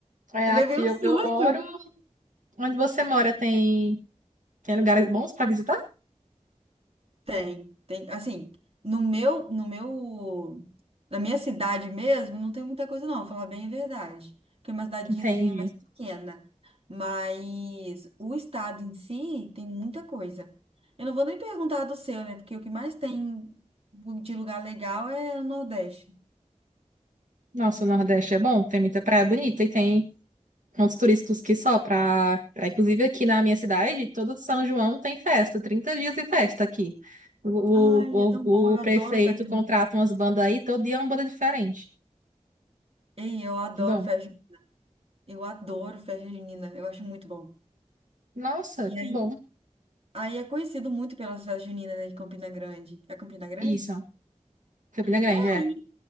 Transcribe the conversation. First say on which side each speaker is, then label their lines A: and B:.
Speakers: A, on the right (about 85°); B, on the right (about 50°).
A: é
B: Eu
A: aqui
B: levei um susto.
A: onde eu moro. Onde você mora tem, tem lugares bons para visitar?
B: Tem, tem, assim, no meu, no meu, na minha cidade mesmo, não tem muita coisa não, vou falar bem a verdade, porque é uma cidadezinha
A: Entendi.
B: mais pequena, mas o estado em si tem muita coisa. Eu não vou nem perguntar do seu, né, porque o que mais tem de lugar legal é o Nordeste.
A: Nossa, o Nordeste é bom, tem muita praia bonita e tem. pontos turísticos que só para, inclusive aqui na minha cidade, todo São João tem festa, 30 dias de festa aqui. O,
B: Ai,
A: o,
B: é tão
A: o,
B: bom, eu
A: o prefeito
B: adoro festa junina.
A: contrata umas bandas aí, todo dia é uma banda diferente.
B: Ei, eu adoro
A: Que bom.
B: festa, ju- eu adoro festa junina, eu acho muito bom.
A: Nossa,
B: E
A: que
B: aí,
A: bom.
B: aí é conhecido muito pelas festas juninas, né, de Campina Grande. É Campina Grande?
A: Isso, Campina Grande,
B: É
A: é.
B: Aí,